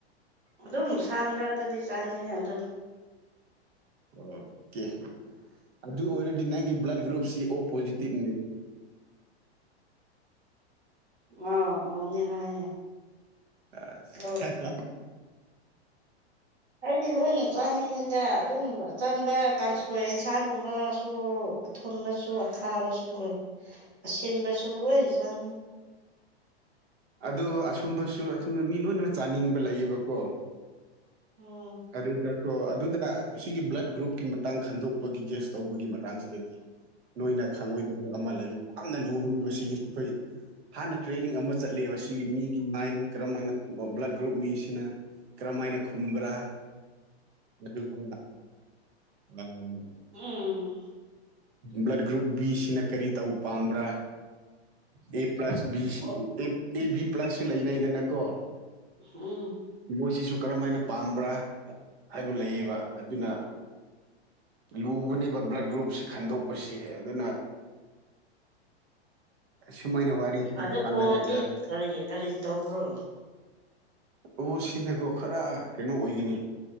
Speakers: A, on the right; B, on the right.
A: ꯑꯗꯨꯝ ꯁꯥ ꯃꯔꯛꯇꯗꯤ ꯆꯥꯅꯤꯡꯌꯦ ꯑꯗꯨ
B: ꯑꯣꯀꯦ ꯑꯗꯨ ꯑꯣꯏꯔꯗꯤ ꯅꯪꯒꯤ ꯕ꯭ꯂꯠ ꯒ꯭ꯔꯨꯞꯁꯤ ꯑꯣ ꯄꯣꯖꯤꯇꯤꯞꯅꯤ
A: ꯑꯣ ꯑꯣꯅꯦ ꯍꯥꯏꯌꯦ
B: ꯑ
A: ꯑꯣ ꯑꯩꯗꯤ ꯂꯣꯏꯅ ꯆꯅꯤ ꯑꯗꯨꯝ ꯆꯝꯕ ꯀꯥꯡꯁꯣꯏ ꯏꯟꯁꯥꯡꯒꯨꯝꯕꯁꯨ ꯑꯊꯨꯕꯁꯨ ꯑꯈꯥꯕꯁꯨ ꯀꯣ ꯁꯤꯕꯁꯨ ꯂꯅ ꯆꯥꯅꯤꯡ
B: ꯑꯗꯣ ꯑꯁꯨꯝꯕꯁꯨ ꯑꯕ ꯃꯤ ꯂꯣꯏꯅꯃꯛ ꯆꯥꯅꯤꯡꯕ ꯂꯩꯌꯦꯕꯀꯣ
A: ꯑꯣ
B: ꯑꯗꯨ ꯗꯥꯛꯇꯣ ꯑꯗꯨꯗ ꯁꯤꯒꯤ ꯕ꯭ꯂꯠ ꯒ꯭ꯔꯨꯞꯀꯤ ꯃꯇꯥꯡ ꯈꯟꯗꯣꯛꯄꯒꯤ ꯖꯦꯁ ꯇꯧꯕꯒꯤ ꯃꯇꯥꯡꯁꯤꯗꯗꯤ ꯅꯣꯏꯅ ꯈꯪꯉꯣꯏꯗꯕ ꯑꯃ ꯂꯩꯕ ꯌꯥꯝꯅ ꯂꯨꯕꯅꯦꯕ ꯁꯤꯒꯤꯁꯤ ꯑꯩꯈꯣꯏ ꯍꯥꯟꯅ ꯇ꯭ꯔꯦꯅꯤꯡ ꯑꯃ ꯆꯠꯂꯦꯕ ꯁꯤꯒꯤ ꯃꯤꯒꯤ ꯃꯥꯏꯟ ꯀꯔꯝ ꯍꯥꯏꯅ ꯕ꯭ꯂꯗ ꯒ꯭ꯔꯨꯞ ꯃꯤꯁꯤꯅ ꯀꯔꯝ ꯍꯥꯏꯅ ꯀꯨꯝꯕ꯭ꯔꯥ ꯑꯗꯨꯒ ꯎꯝ
A: ꯎꯝ
B: ꯕ꯭ꯂꯠ ꯒ꯭ꯔꯨꯞ ꯕꯤꯁꯤꯅ ꯀꯔꯤ ꯇꯧꯕ ꯄꯥꯝꯕ꯭ꯔꯥ A plus B
A: O
B: A B ꯄ꯭ꯂꯁꯁꯨ ꯂꯩꯅꯩꯗꯅꯀꯣ
A: ꯎꯝ
B: ꯃꯣꯏꯁꯤꯁꯨ ꯀꯔꯝ ꯍꯥꯏꯅ ꯄꯥꯝꯕ꯭ꯔꯥ ꯍꯥꯏꯕ ꯂꯩꯌꯦꯕ ꯑꯗꯨꯅ ꯂꯨꯕꯅꯦꯕ ꯕ꯭ꯂꯠ ꯒ꯭ꯔꯨꯞꯁꯤ ꯈꯟꯗꯣꯛꯄꯁꯤ ꯑꯗꯨꯅ ꯁꯤꯃꯥꯏꯅ ꯋꯥꯔꯤ ꯋꯥꯔꯤ ꯁꯥ
A: ꯑꯗꯨ
B: ꯁꯥꯟꯅꯔ
A: ꯑꯣꯗꯤ
B: ꯍꯖꯔ
A: ꯀꯔꯤ ꯀꯔꯤ ꯇꯧꯕ꯭ꯔꯣ
B: ꯑꯣ ꯁꯤꯅꯀꯣ ꯈꯔ ꯀꯩꯅꯣ ꯑꯣꯏꯒꯅꯤ